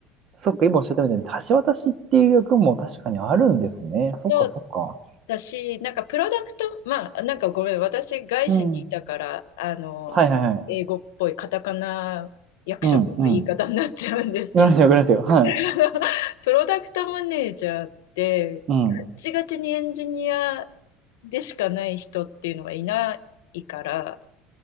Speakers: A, on the right; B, on the left.
A: そっか、今おっしゃったみたいに、橋渡しっていう役も確かにあるんですね。そっか、
B: そう
A: そっか。
B: だし、なんかプロダクト、まあ、なんかごめん、私、外資にいたから、
A: うん。
B: あの、
A: はいはいはい。
B: 英語っぽいカタカナ役職の言い方になっちゃうんですけど、
A: うん、うん。わかりますよ、わかりますよ。はい。
B: <laughs> プロダクトマネージャーってガッチガチにエンジニア
A: うん。
B: でしかない人っていうのはいないから、